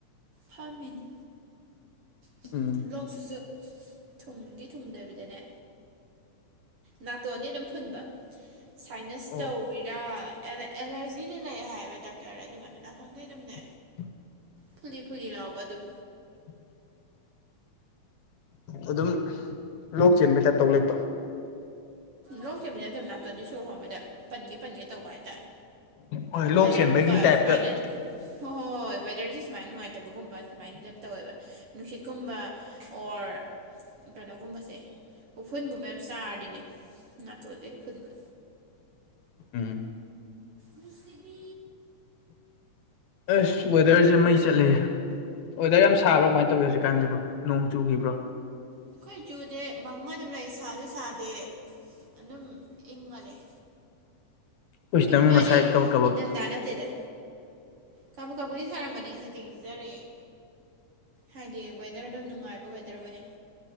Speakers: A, on the right; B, on the left.
A: ꯐꯥꯃꯤꯅꯦ ꯂꯣꯛ
B: ꯎꯝ
A: ꯂꯣꯛꯁꯤꯁꯨ ꯊꯨꯡꯗꯤ ꯊꯨꯡꯗꯕꯤꯗꯅꯦ ꯅꯥꯇꯣꯟꯗꯤ ꯑꯗꯨꯝ ꯐꯨꯟꯕ ꯁꯥꯏꯅꯁ
B: ꯑꯣ
A: ꯇꯧꯔꯤꯔꯥ ꯑꯦꯂꯔꯖꯤꯗꯤ ꯂꯩ ꯍꯥꯏꯌꯦꯕ ꯗꯥꯛꯇꯔ ꯑꯗꯨꯒꯅ ꯅꯥꯊꯣꯡꯇꯦ ꯑꯗꯨꯝꯅꯦ
B: ꯎ <unintelligible>
A: ꯐꯨꯂꯤ ꯐꯨꯂꯤ ꯂꯥꯎꯕ ꯑꯗꯨꯝ
B: <inaudible> ꯑꯗꯨꯝ ꯂꯣꯛ ꯆꯦꯟꯕꯩ ꯇꯥꯏꯞ ꯇꯧ ꯂꯩꯕꯗꯣ
A: ꯂꯣꯛ ꯆꯦꯟꯕꯗꯤ ꯅꯠꯇꯕ ꯅꯥꯇꯣꯟꯗꯤ ꯁꯣꯔ ꯍꯣꯡꯃꯤꯗ ꯄꯟꯒꯦ ꯄꯟꯒꯦ ꯇꯧꯕ ꯍꯥꯏꯇꯥꯔꯦ
B: ꯍꯣꯏ ꯂꯣꯛ
A: ꯋꯦꯗꯔꯒꯨꯝꯕ
B: ꯆꯦꯟꯕꯒꯤ ꯇꯥꯏꯞꯇ
A: ꯁꯨꯃꯥꯏꯅ ꯍꯣꯏ ꯍꯣꯏ ꯍꯣꯏ ꯋꯦꯗꯔꯁꯦ ꯁꯨꯃꯥꯏꯅ ꯅꯨꯡꯉꯥꯏꯇꯕꯒꯨꯝꯕ ꯁꯨꯃꯥꯏꯅ ꯌꯥꯝ ꯇꯧꯋꯦꯕ ꯅꯨꯡꯁꯤꯠꯀꯨꯝꯕ ꯑꯣꯔ ꯀꯩꯅꯣꯒꯨꯝꯕꯁꯦ ꯎꯐꯨꯟꯒꯨꯝꯕ ꯃꯌꯥꯝ ꯆꯥꯔꯗꯤꯅꯦ ꯅꯥꯇꯣꯟꯁꯦ ꯑꯗꯨꯝ ꯐꯨꯟꯕ
B: ꯎꯝ
A: ꯅꯨꯡꯁꯤꯕꯤ
B: ꯑꯁ ꯋꯦꯗꯔꯁꯦ ꯃꯩ ꯆꯠꯂꯦꯍꯦ ꯋꯦꯔꯗꯔ ꯌꯥꯝ ꯁꯥꯕ꯭ꯔꯣ ꯀꯃꯥꯏꯅ ꯇꯧꯋꯤ ꯍꯧꯖꯤꯛꯀꯥꯟꯁꯤꯕꯣ ꯅꯣꯡ ꯆꯨꯈꯤꯕ꯭ꯔꯣ
A: ꯑꯩꯈꯣꯏ ꯆꯨꯗꯦ ꯃꯪꯉ ꯑꯗꯨꯝ ꯂꯩ ꯁꯥꯁꯨ ꯁꯥꯗꯦ ꯑꯗꯨꯝ ꯏꯪꯉꯥ ꯂꯩ
B: ꯑꯩꯈꯣꯏ ꯁꯤꯗ
A: ꯏꯪꯕꯗꯤ
B: ꯑꯃꯨꯛ ꯉꯁꯥꯏ ꯀꯕꯛ ꯀꯕꯛ
A: ꯏꯟꯊꯝꯊꯥ ꯅꯠꯇꯦꯗ ꯀꯥꯕꯛ ꯀꯥꯕꯛꯗꯤ ꯁꯥꯔꯝꯕꯅꯦ ꯍꯧꯖꯤꯡꯗꯔꯛꯑꯦ ꯍꯥꯏꯗꯤ ꯋꯦꯗꯔ ꯑꯗꯨꯝ ꯅꯨꯡꯉꯥꯏꯕ ꯋꯦꯗꯔ ꯑꯣꯏ